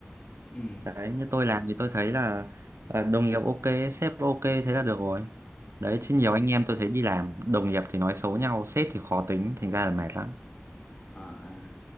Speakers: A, on the left; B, on the right.
A: ừ
B: đấy như tôi làm thì tôi thấy là à, đồng nghiệp ok sếp ok thế là được rồi đấy
A: ừ.
B: chứ
A: ừ.
B: nhiều anh em tôi thấy đi làm đồng nghiệp thì nói xấu nhau sếp thì khó tính thành ra là mệt lắm
A: à à.